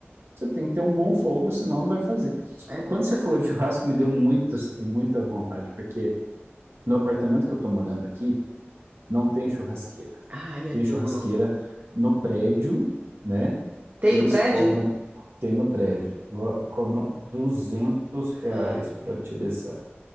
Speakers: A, on the right; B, on the right.
A: Você tem que ter um bom fogo, senão não vai fazer.
B: É
A: E
B: verdade.
A: quando você falou de churrasco, me deu muitas, muita vontade, porque No apartamento que eu tô morando aqui, não tem churrasqueira.
B: Ai,
A: Tem
B: é duro.
A: churrasqueira no prédio, né?
B: Tem
A: Eles
B: no prédio?
A: cobram, tem no prédio, go- cobram 200 reais
B: Ah,
A: para utilizar.